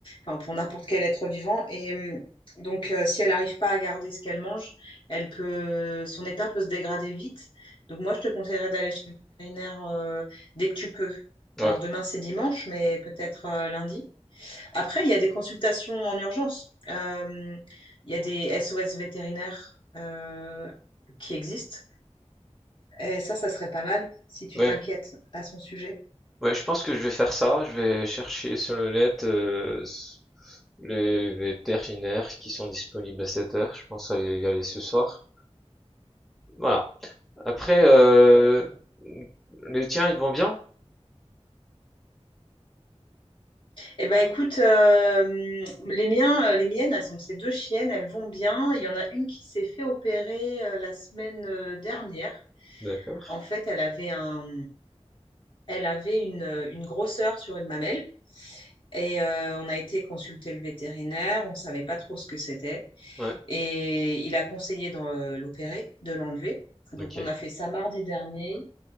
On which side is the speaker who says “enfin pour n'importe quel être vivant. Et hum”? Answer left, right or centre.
Left